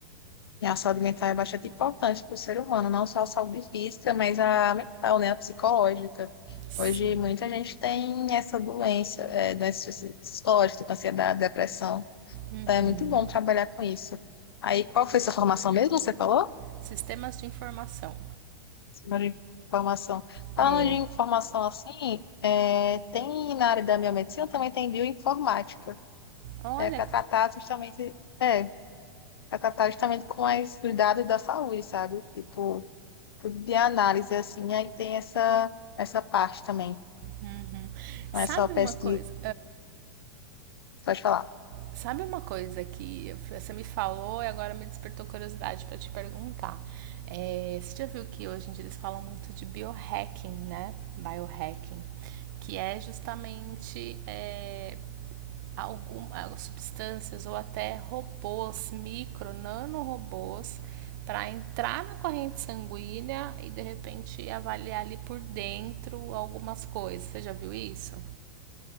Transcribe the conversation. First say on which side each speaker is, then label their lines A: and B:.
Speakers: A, on the left (about 85°); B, on the right (about 55°).
A: E a saúde mental é bastante importante para o ser humano, não só a saúde física, mas a mental, né, a psicológica.
B: Sim.
A: Hoje, muita gente tem essa doença, é, doença psicológica, tipo ansiedade, depressão.
B: Uhum.
A: Então, é muito bom trabalhar com isso. Aí, qual foi sua formação mesmo? Você falou?
B: Sistemas de informação.
A: senhora falou de Informação. Falando
B: É.
A: de informação assim, é, tem na área da biomedicina também tem bioinformática,
B: Olha.
A: que é para tratar justamente, é, para tratar justamente com as, os dados da saúde, sabe? Tipo, de análise, assim, aí tem essa, essa parte também.
B: Uhum. Sabe
A: Não é só pesquisa,
B: uma coisa?
A: pode falar.
B: Sabe uma coisa que você me falou e agora me despertou curiosidade para te perguntar? É, você já viu que hoje em dia eles falam muito de biohacking, né? Biohacking, que é justamente é, algumas substâncias ou até robôs, micro, nanorobôs, para entrar na corrente sanguínea e de repente avaliar ali por dentro algumas coisas. Você já viu isso?